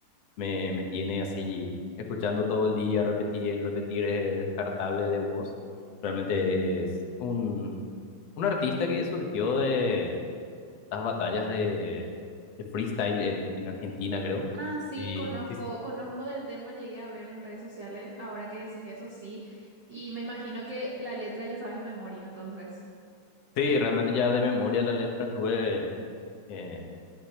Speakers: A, on the left; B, on the right.
A: me, me tiene así escuchando todo el día, repetir, en repetir, es descartable de voz. Realmente es un, un artista que surgió de las batallas de, de freestyle en, en Argentina, creo.
B: Ah, sí,
A: Y
B: conozco,
A: sí, sí,
B: conozco del tema, llegué a ver en redes sociales, ahora que decís eso sí, y me imagino que la letra ya sabes de memoria, entonces.
A: sí, realmente ya de memoria la letra estuve eh,